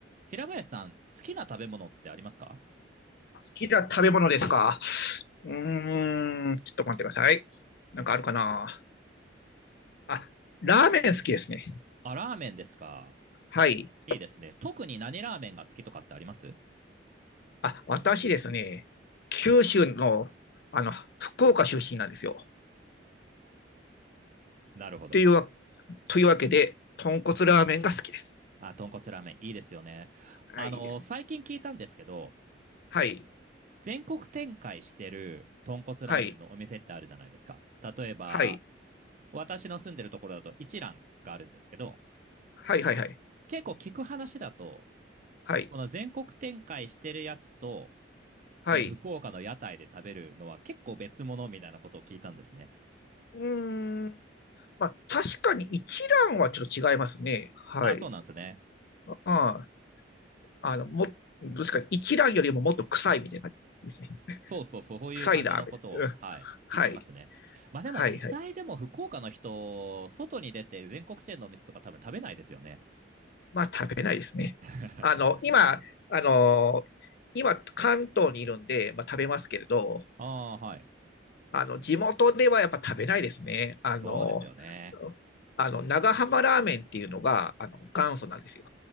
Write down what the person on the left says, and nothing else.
好きな食べ物ですか。うーん、ちょっと待ってください。なんかあるかな。あ、ラーメン好きですね。
はい。
あ、私ですね、九州の、あの、福岡出身なんですよ。
というわ、というわけで、豚骨ラーメンが好きです。
はい、
いいですね。
はい、
はい、
はい、
はい、はい、はい、
はい、
はい。
うーん。まあ、確かに一蘭はちょっと違いますね。はい。
ああの、も、どうですか、一蘭よりももっと臭いみたいな感じですね。
臭いラーメン。うん
はい。
はい、はい。
まあ、食べないですね。
あの、今、あの、今、関東にいるんで、まあ、食べますけれど、
あの、地元ではやっぱ食べないですね。あの、
あの、長浜ラーメンっていうのが、あの、元祖なんですよ。